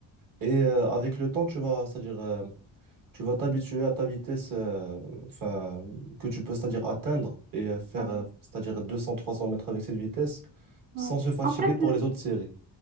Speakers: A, on the right; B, on the right.
A: Et euh, avec le temps, tu vas, c'est-à-dire. euh, tu vas t'habituer à ta vitesse euh, enfin, que tu peux, c'est-à-dire atteindre et euh, faire,
B: Ouais,
A: euh, c'est-à-dire deux cents, trois cents mètres avec cette vitesse sans
B: ouais.
A: se fatiguer
B: En fait,
A: pour
B: euh,
A: les autres séries.